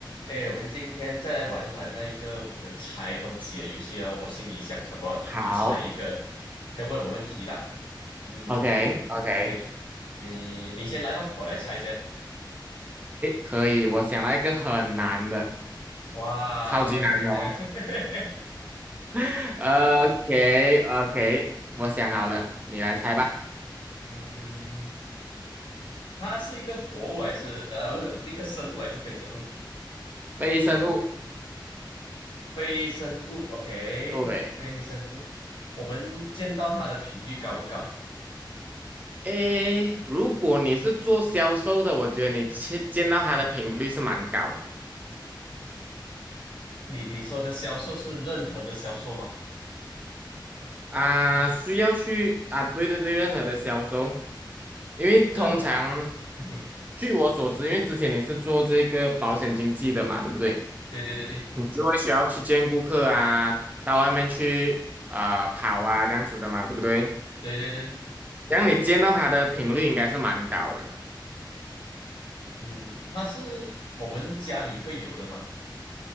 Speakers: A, on the left; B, on the right.
A: 哎，我们今天再来玩玩那个我们猜东西的游戏哦。我心里想什么，你就猜一个，
B: 好
A: 你可以问我问题啦。嗯，OK，
B: ，OK，OK，OK，
A: 你你先来吧，我来猜先。
B: 可以。我想到一个很难的，
A: 哇，
B: 超级难的哦。
A: 不要每天这样。<laughs>
B: <laughs> OK，OK，我想好了，你来猜吧。
A: 嗯，它是一个活物还是呃不是，是一个生物还是非生物？
B: 非生物，
A: 非生物，OK，
B: 对。
A: 非生物。我们见到它的频率高不高？
B: 诶，如果你是做销售的，我觉得你去见到它的频率是蛮高的
A: 你你说的销售是任何的销售吗？
B: 啊，需要去啊，对对对，任何的销售，因为通常
A: 任何，嗯哼，
B: 据我所知，因为之前你是做这个保险经纪的嘛，对不对？
A: 对对对对
B: 你就会需要去见顾客啊，到外面去啊、呃跑啊这样子的嘛，对不对？
A: 对对对
B: 然后你见到他的频率应该是蛮高的
A: 嗯，它是我们家里会有的吗？